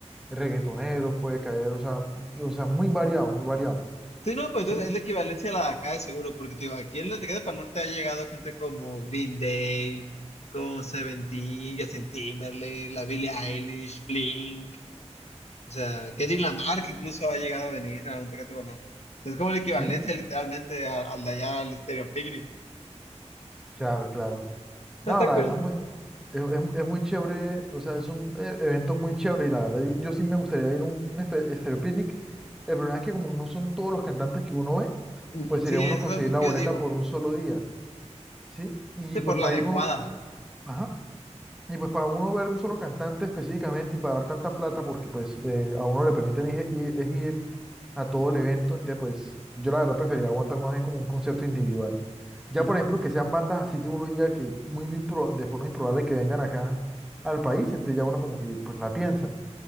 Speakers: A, in the centre; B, on the left.
A: reggaetoneros, puede caer, o sea, y- o sea, muy variado, muy variado,
B: Sí, no, pues
A: ¿sí?
B: entonces es la equivalencia a la de acá de seguro, porque te digo, aquí en la Tecate para Norte ha llegado gente como Green Day, como Seventeen, Justin Timberlake, la Billie Eilish, Blink, O sea, Kendrick Lamar, que incluso ha llegado a venir a un Tecate Baloco. Es como la equivalencia
A: ¿Sí?
B: literalmente a- al de allá, al Stereo Picnic.
A: Claro, claro. No,
B: No, Está
A: la
B: curioso.
A: verdad es muy, es, es- es muy chévere, o sea, son eh, evento muy chévere y la verdad yo, yo sí me gustaría ir a un, un espe- Estéreo Picnic. El problema es que como no son todos los cantantes que uno ve,
B: Ujú,
A: pues sería
B: Sí,
A: uno
B: es
A: conseguir
B: lo mismo
A: la
B: que
A: boleta
B: yo digo.
A: por un solo día, ¿sí? Y
B: Sí, por
A: pues para
B: la adecuada.
A: ir uno, ajá. Y pues para uno ver un solo cantante específicamente y pagar tanta plata, porque pues eh, a uno le permiten ir, ir- es ir a todo el evento, entonces pues yo la verdad preferiría aguantar más bien como un concierto individual. Ya
B: Ujú.
A: por ejemplo que sean bandas así que uno diga que muy impro- de forma improbable que vengan acá al país, entonces ya uno como que pues la piensa.